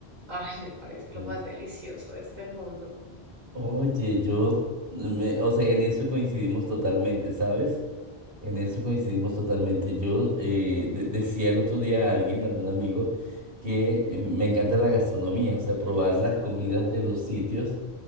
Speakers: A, on the right; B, on the right.
A: Ay, me parece lo
B: mm.
A: más delicioso de este mundo.
B: Oye, yo, me- o sea, en eso coincidimos totalmente, ¿sabes? En eso coincidimos totalmente. Yo eh, de- decía el otro día a alguien, algún amigo, que eh, me encanta la gastronomía, o sea, probar las comidas de los sitios.